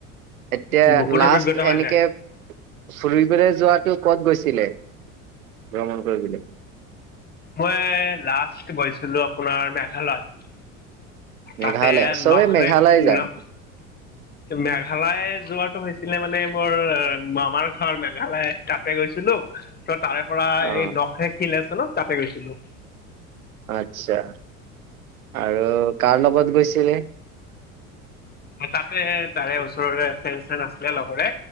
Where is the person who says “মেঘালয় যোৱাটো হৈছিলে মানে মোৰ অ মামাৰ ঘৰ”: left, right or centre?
Left